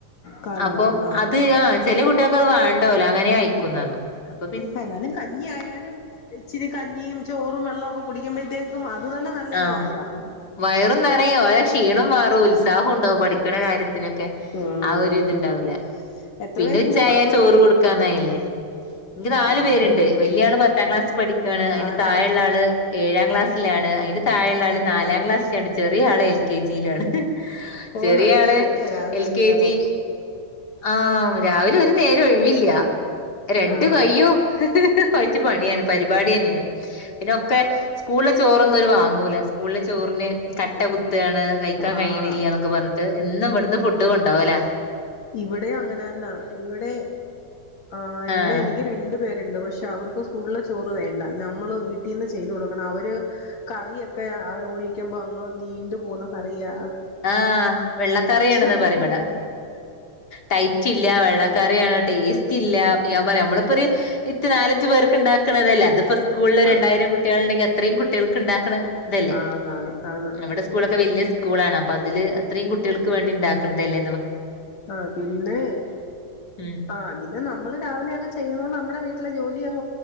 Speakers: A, on the left; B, on the left.
A: കാണും
B: അപ്പൊ
A: കാണും ആ
B: അത് ആഹ് ചെല കുട്ട ത് വേണ്ടല്ലോ അങ്ങനെ കയിക്കുന്ന ർഞ്ഞു അപ്പ
A: ആഹ് എന്നാലും കഞ്ഞി ആയാലും ഇച്ചിരി കഞ്ഞിയും ചോറും വെള്ളക്കെ കുടിക്കുമ്പോഴത്തേക്കും അ അത് തന്നെ നല്ലൊരു
B: ആഹ്
A: കാര്യ
B: വയറും നിറയും അയ് ശ് ക്ഷീണും മാറും ഉത്സാഹം ഉണ്ടാവും പഠിക്കണ
A: ആ
B: കാര്യത്തിനൊക്കെ
A: ഉം
B: ആ ഒരു
A: ഉം
B: ഇതുണ്ടാവുല്ല
A: ഉം എത്ര
B: പിന്നെ
A: പേരുണ്ട്
B: ഉച്ചായ
A: മക്കള്
B: ചോറ് കൊടുക്കാനായില്ലേ ഇന്ക്ക് നാല്
A: ആഹ്
B: പേര്ണ്ട് വല്ല്യ ആള് പത്താം ക്ലാസ് പഠിക്കാണ് അയിന്റെ
A: ആണോ
B: താഴ ഇള്ള ആള് ഏഴാം ക്ലാസ്സിലാണ് അയിന്റെ താഴെള്ള ആള് നാലാം ക്ലാസ്സിലാണ് ചെറിയ ആള് എൽ കെ ജി ലാണ്
A: ഓ
B: ചെറിയ
A: നല്ല
B: ആള്
A: ജോലിയാ രാവിലെ
B: എൽ
A: അല്ലയോ
B: കെ ജി ആഹ് രാവിലെ അത് നേരം ഒഴിവില്ല രണ്ട്
A: ആഹ്
B: കയ്യോ കുയച്ച് പണിയാണ് പരിപാടിയന്നെ പിന്നോക്കെ സ്കൂളിലെ ചോറൊന്നും ഒരു വാങ്ങൂല സ്കൂളിലെ ചോറിന് കട്ട കു ത്താണ് കഴിക്കാൻ
A: ആഹ്
B: കയിണില്ല എന്നൊക്കെ പറഞ്ഞിട്ട് എന്നും ഇവിടുന്ന് ഫുഡ് കൊണ്ടോകല
A: ഇവിടെ അങ്ങനെന്നാ ഇവിടെ ആ ഇവിടെ
B: ആഹ്
A: എനിക്ക് രണ്ട ണ്ട് പക്ഷെ അവർക്ക് സ്കൂ ചോറ് വേണ്ട നമ്മൾ വീട്ടിൽന്ന് ചെയ്ത് കൊടുക്കണം അവ കറൊെ ഒഴിക്കുമ്പോ അങ്ങ് നീണ്ടു പോകുന്നക്കറിയാ
B: ആഹ വെള്ളക്കറിയണെന്നാ
A: അവിടെ
B: പറയ്പടാ
A: കിടക്കണം
B: ടൈറ്റ്ല്ല വെള്ളക്കറി ടേസ്റ്റ് ഇല്ല ഞാൻ പറയാ നമ്മളിപ്പോൊ ഒരു ഇ നാലഞ്ച പേർക്ക് ഉണ്ടാക്കണതല്ലേ അത് സ്കൂളില്
A: ആഹ്
B: രണ്ടായിരം കുട്ടികള ഉണ്ടെങ്കിൽത്രയും കുട്ടികൾക്ക് ഉണ്ടാക്കാണ് അതല്ലേ
A: ആന്നാന്ന് ആന്ന്
B: നമ്മടെ സ്കൂളൊക്കെ വലിയ സ്കൂളാണ് അപ്പ അല് അത്രയും കുട്ടികൾക്ക് വേണ്ടി ഉണ്ടാക്കണ്ടതല്ല
A: ആഹ പിന്നെ
B: ഉം
A: ആഹ പിന്നെ നമ്മള് രാവിലെ അങ്ങങ് ചെയ്യുന്നത്ണ്ട് നമ്മുടെ വീട്ടിൽ ജോലി അും